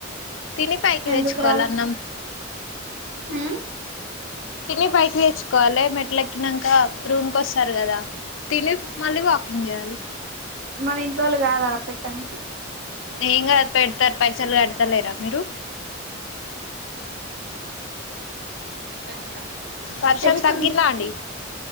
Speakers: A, on the left; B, on the right.
A: తిని పైకి
B: ఎందుకు
A: తెచ్చుకోవాల
B: రాదు
A: అన్నం
B: ఉమ్
A: తిని పైకి తెచ్చుకోవాలి మెట్లేకినంక రూమ్కి వస్ సర్ గదా తిని మళ్ళీ వాకింగ్ చేయాలి
B: మన ఇంట్లోళ్ళు కాదు ఆడ పెట్టనికి
A: ఏం గాదు పెడ్తారు పైసలు కడతలేరా మీరు
B: <unintelligible>
A: వర్షం
B: తెచ్చుకున్
A: తగ్గిందా అండి